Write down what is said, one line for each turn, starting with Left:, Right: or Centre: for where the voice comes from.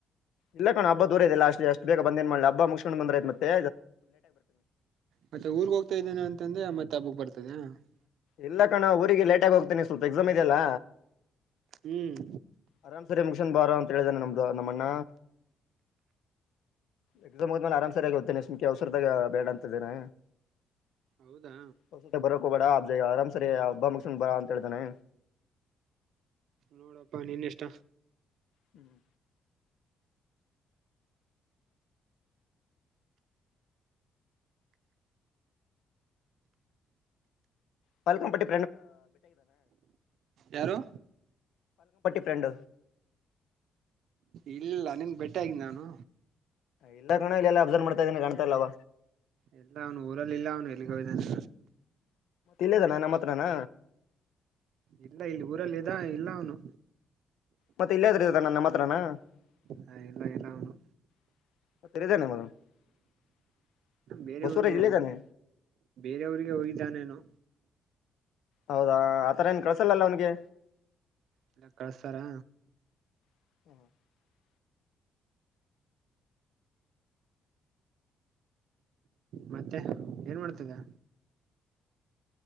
Left: ಇಲ್ಲ ಕಣ ಹಬ್ಬ ದೂರ ಇಲ್ಲ ಅಷ್ಟು. ಎಷ್ಟು ಬಂದೇನ್ ಮಾಡಿ ಹಬ್ಬ ಮುಗ್ಕು ಬಂದ್ರಯ್ತ್ತ್ತೆ.
Right: ಮತ್ತೆ ಊರ್ಗ್ ಹೋಗ್ತಾ ಇದ್ದೇನೆ ಅಂತ ಅಂದೇ ಮತ್ತೆ ಹಬ್ಬಕ್ ಬರ್ತಾ. <unintelligible>
Left: ಇಲ್ಲ ಕಣ ಊರಿಗೆ ಲೇಟ್ ಆಗ ಹೋಗ್ತೇನಿ ಸ್ವಲ್ಪ ಎಕ್ಸಾಮ್ ಇದೆಯ ಅಲ್ಲ.
Right: ಹ್ಮ್
Left: ಅರಾಮ್ ಸರಿ ಮುಗಶನ್ ಬಾರ ಅಂತ ಹೇಳಿದ್ದನೆ ನಮ್ದು ನಮ್ಮಣ್ಣ ಎಕ್ಸಾಮ್ ಹದೇಲೆ ಆರ್ ಸರಿಯಾಗಿ ಹೋಗ್ೇನೆಮಖಿ ಅವಸರದ ಬೇಡ ಅಂತಿದ್ದೇನೆ.
Right: ಹೌದಾ
Left: <unintelligible> ಅ ಆರಾಮ್ ಸರಿ ಅಬ್ಬಾ ಮುಗಸನ್ ಗೋಡ್ ಬಾ ಅಂತಾ ಹೇಳಿದಾನೆ.
Right: ನೋಡಪ್ಪಾ ನೀನ್ ಇಷ್ಟ.
Left: ಹ್ಮ್ <unintelligible> <unintelligible> ಪಲಕಂಪಟ್ಟಿ
Right: ಯಾರು
Left: ಫ್ರೆಂಡ್
Right: ಇಲ್ಲ ನಿನ್ ಬೆಟ್ಟೆ ಆಗಿಲ್ಲ ನಾನು
Left: ಇಲ್ಲ ಕಣ ಎಲ್ಲ ಅಬ್ಸರ್ವ್ ಮಾಡ್ತಾ ಇದೀನಿ ಕಾಣ್ತಾ ಇಲ್ ಅವ್
Right: ಎಲ್ಲ ಅವನು ಊರಲ್ಲಿ ಇಲ್ಲ ಅವನು ಎಲ್ಲಿಗೆ ಹೋಗಿದಾನೆ.
Left: ಇಲ್ಲೇದಾನ ನಮ್ಮ ಹತ್ರಾನ್
Right: ಇಲ್ಲ ಇಲ್ಲಿ ಊರಲ್ಲಿ ಇದ ಇಲ್ಲ ಅವನು.
Left: ಮತ್ತೆ ಇಲ್ಲೇದ್ರ <unintelligible>
Right: ಹ ಇಲ್ಲ ಇಲ್ಲ ಇಲ್ಲ ಅವನ್ನು
Left: <unintelligible>
Right: ಬೇರೆಯವ್ರಗೂ
Left: ಬಸವರಾಜ್ ಇಲ್ಲಿದ್ದಾನೆ
Right: ಬೇರೆಯವ್ರಿಗೆ ಹೋಗಿದ್ದಾನೇನು.
Left: ಹೌದಾ ಆತರ ಏನ್ ಕಳ್ಸಲ್ಲಲ್ಲ ಅವನಿಗೆ.
Right: ಇಲ್ಲ ಕಳ್ಸ್ತಾರ.
Left: <inaudible>
Right: ಮತ್ತೆ ಏನ್ ಮಾಡ್ತಿದ್